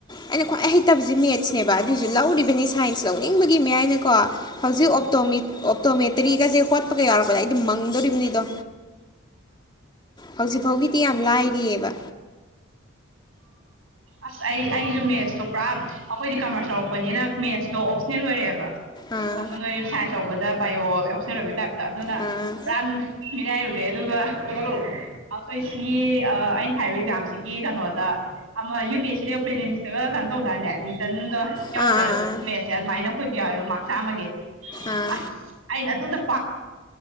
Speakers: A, on the left; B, on the right.
A: ꯑꯩꯅ ꯈ꯭ꯋꯥꯏ ꯍꯩꯇꯕꯕꯁꯦ ꯃꯦꯠꯁꯅꯦꯕ ꯑꯗꯨꯏꯁꯨ ꯂꯧꯔꯤꯕꯅꯤ ꯁꯥꯏꯟꯁ ꯂꯧꯅꯤꯡꯕꯒꯤ ꯃꯌꯥꯏꯅꯀꯣ ꯍꯧꯖꯤꯛ ꯑꯣꯞꯇꯣꯃꯦꯇꯔꯤꯒꯁꯦ ꯍꯣꯠꯄꯒ ꯌꯥꯎꯔꯛꯄꯗ ꯑꯩ ꯑꯗꯨꯝ ꯃꯪꯗꯣꯔꯤꯕꯅꯤꯗꯣ ꯍꯧꯖꯤꯛ ꯐꯥꯎꯒꯤꯗꯤ ꯌꯥꯝ ꯂꯥꯏꯔꯤꯑꯕ
B: ꯑꯁ ꯑꯩ ꯑꯩꯁꯨ ꯃꯦꯠꯁꯇꯣ ꯄꯨꯔꯥ ꯑꯩꯈꯣꯏꯗꯤ ꯀꯃꯔꯁ ꯂꯧꯔꯛꯄꯅꯤꯅ ꯃꯦꯠꯁꯇꯣ ꯑꯣꯞꯁꯅꯦꯜ ꯑꯣꯏꯔꯛꯑꯦꯕ
A: ꯑꯥ
B: ꯑ ꯅꯣꯏ ꯁꯥꯥꯟꯏꯁ ꯇꯧꯕ ꯗꯥ ꯕꯥꯑꯣ ꯑꯣꯞꯁꯅꯦꯜ ꯑꯣꯏꯕꯩ ꯇꯥꯏꯞ ꯑꯗꯨꯅ
A: ꯑꯥ
B: ꯄꯨꯔꯥꯥꯟ ꯃꯤꯅꯥꯏꯔꯨꯔꯦ ꯑꯗꯨꯒ ꯑꯩꯈꯣꯏ ꯁꯤꯒꯤ ꯑꯩꯅ ꯊꯥꯏꯔꯤꯕ ꯑꯦꯛꯖꯥꯝꯁꯤꯒꯤ ꯀꯩꯅꯣꯗ ꯑꯃ ꯌꯨ ꯄꯤ ꯑꯦꯁ ꯁꯤꯗꯒ ꯄꯦꯂꯤꯝꯁꯇꯒ ꯀꯩꯅꯣ ꯇꯧꯗꯅꯦ ꯔꯤꯇꯔꯟꯗꯣ ꯌꯥꯎꯗ꯭ꯔꯥ
A: ꯑꯥ
B: ꯃꯦꯠꯁꯦ ꯑꯗꯨꯃꯥꯏꯅ ꯑꯩꯈꯣꯏꯁꯨ ꯌꯥꯎꯋꯦꯕ ꯃꯥꯔꯛ ꯆꯥꯝꯃꯒꯤ
A: ꯑꯥ
B: ꯑꯁ ꯑꯩꯅ ꯑꯗꯨꯗ ꯄꯥꯝ